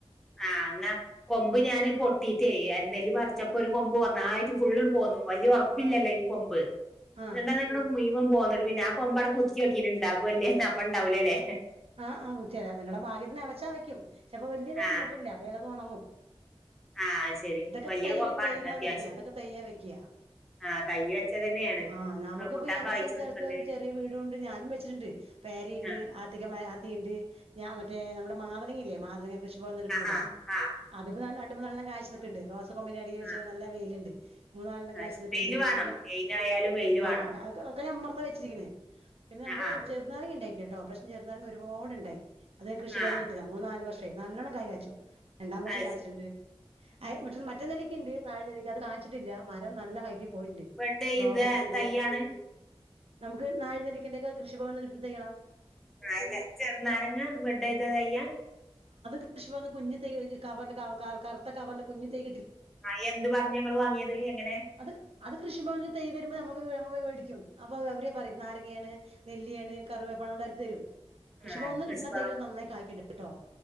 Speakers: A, in the centre; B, on the right (about 75°).
A: ആ ന്നാ കൊമ്പ് ഞാാന് പൊട്ടീട്ടേ അരിനെല്ലി പറിച്ചപ്പോഒരു
B: ആഹ്
A: കൊമ്പ് വ നന്നായിട്ട് ഫുള്ള് പോന്നു വലിയ ഉറപ്പില്ലല്ലോ
B: ആഹ്
A: ഈ കൊമ്പ്
B: ആഹ്
A: നിട്ട് അതങ്ങട്ട്. പോന്നിട്ട് പിന്നെ ആ കൊമ്പാടെ കുത്തിയൊക്കിനി ണ്ടാവോ ല്ലേന്ന് അപ്പ ണ്ടാവൂല ല്ലേ
B: ആ ആം നിങ്ങടെ ഭാഗ്യത്തിന് അവശ വയ്ക്കും ചിലപ്പോ വലിയത്
A: ആ
B: നിക്കില്ലേ അലത് ഉണങ്ങും
A: ആ ശരി
B: എന്തൊക്കെ
A: വലിയ
B: ത
A: കൊമ്പാണ്
B: തൈകളാ
A: അത്യാവശ്യം
B: വെക്ക ഇതൊക്കെ തയ്യ വെക്ക്യാ.
A: ആ തൈ വെച്ച തന്നെയാണ്
B: ആ നമുക്കിപ്പ
A: റംബുട്ടാൻ
B: ഈ അഞ്ച്സൻ
A: കായ്ച്ചു
B: സ്ഥലത്ത്
A: നിൽക്കുന്നുണ്ട്
B: ഒരു ചെറിയ വീടണ്ട് ഞാനും വെച്ചിട്ട്ണ്ട് പേരെണ്ട്
A: ആ
B: അതി ആത്തീണ്ട്, മറ്റേ നമ്മുടെ മാതളങ്ങീല്ലേ, മാതളങ്ങ, കൃഷിഭവനീന്ന് കിട്ടണത്
A: ആ ആ
B: അതി നല്ല കായ്ച്ചു നിക്കണ്‌ണ്ട്. റോസ കമ്പിൻ്റെ അടീ വെച്ചാ
A: ആ,
B: നല്ല വെയിലുണ്ട് മൂന്നാളെണ്ണം
A: ആ
B: കാഴ്ച്ച് നിക്ക്ണ്ട്
A: വെയില് വേണം
B: പിന്നെ
A: മെയിനായാലും വെയില്
B: ആ.
A: വേണം
B: <unintelligible> ഒക്ക ഞമ്മർത്ത വച്ചിരിക്ക്ണെ പിന്നെ നമ്മക്ക്
A: ആ ആ
B: ചെറുനാരങ്ങ ണ്ടായിട്ട്ണ്ട് കേട്ടോ പ്രാവശ്യം ചെറുനാരങ്ങ ഒരുപാടുണ്ടായി. അത് കൃഷി
A: ആ
B: ഭവൻ കിട്ടിയതാ ന മൂന്ന് നാല് വർഷമായി നല്ലണം കായ് കയച്ചു രണ്ടാം വർഷം
A: അത്
B: കഴിച്ചിട്ടുണ്ട്
A: ശരി
B: റ്റ മറ്റ നെല്ലിക്കണ്ട് നാഴ നെല്ലിക്ക അത് കാണിച്ചിട്ടില്ല മരം നല്ല ഹൈ യി
A: ബെഡ് ചെയ്ത
B: റോബസ്റ്റ് ണ്ട്
A: തൈയാണ്
B: നമ്മക്ക് നായ് നെല്ലിക്ക കൃഷിഭവിന് ന്ന്. എന്ത്‌ തയ്യളാ.
A: ആല്ല ചെറുനാരങ്ങ ബെഡ്ഡ് ചെയ്ത തയ്യ
B: കൃഷി ഭവാനിന്ന് കുഞ്ഞു തൈ ക കറുത്ത കവറല് കുഞ്ഞി തൈ
A: ആ എന്ത് പറഞ്ഞ് ഞങ്ങൾ വാങ്ങിയത് എങ്ങനെ
B: അത് അത് കൃഷി ഭവാനിന്ന് തയ്യ് വരുമ്പോ. മേടിക്കും അപ്പൊ അവര പറയും നാരങ്ങാണ് നെല്ലിയാണ് കറവേപ്പണണം കൊണ്ട അവര് തരും കൃഷിഭവനീന്ന്
A: ആ കൃഷ്ണ
B: കിട്ടണ തയ്കള് നന്നായി കായ്ക്കണുണ്ടിട്ടോ